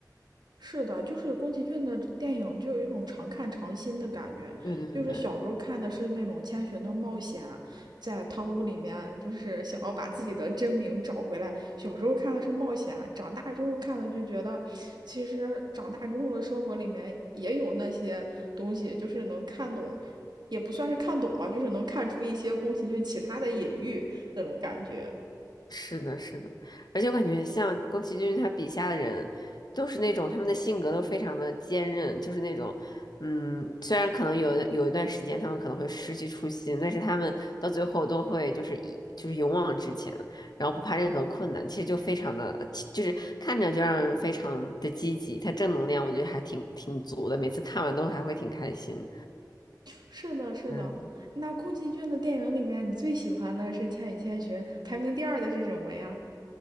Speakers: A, on the right; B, on the left.
A: 是的，就是宫崎骏的电影就有一种常看常新的感觉。
B: 对对对，
A: 就是小时候看的是那种千寻的冒险，在汤屋里面就是想要把自己的真名找回来。小时候看的是冒险，长大之后看了就觉得，其实长大之后的生活里面也有那些东西，就是能看懂，也不算是看懂吧，就是能看出一些宫崎骏其他的隐喻那种感觉。
B: 是的，是的。而且我感觉像宫崎骏他笔下的人，都是那种他们的性格都非常的坚韧，就是那种，嗯，虽然可能有有一段时间他们可能会失去初心，但是他们到最后都会就是以就是勇往直前，然后不怕任何困难，其实就非常的，就是看着就让人非常的积极，他正能量我觉得还挺挺足的，每次看完都还会挺开心。
A: 是的，是的。
B: 嗯。
A: 那宫崎骏的电影里面，你最喜欢的是《千与千寻》，排名第二的是什么呀？